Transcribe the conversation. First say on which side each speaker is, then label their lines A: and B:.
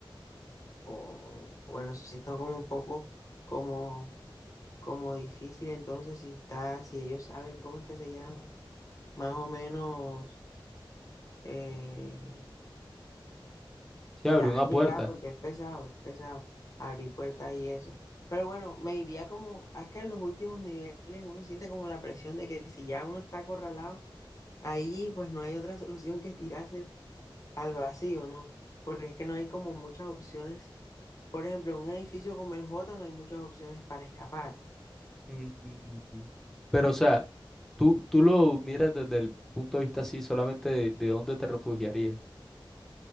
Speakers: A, on the left (about 40°); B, in the centre.
A: o bueno, eso sí está como un poco como como difícil. Entonces, si está, si ellos saben cómo es que se llama, más o menos, eh,
B: Sí,
A: si
B: abrir
A: saben
B: una puerta.
A: llegar, porque es pesado, es pesado, abrir puertas y eso. Pero bueno, me iría como, es que en los últimos niveles uno siente como la presión de que si ya uno está acorralado, ahí pues no hay otra <laughs> solución que tirarse al vacío, ¿no? Porque es que no hay como muchas opciones. Por ejemplo, en un edificio como el J no hay muchas opciones para escapar.
B: Mm, Pero o sea, tú, tú lo miras desde el punto de vista así, solamente de, de dónde te refugiarías.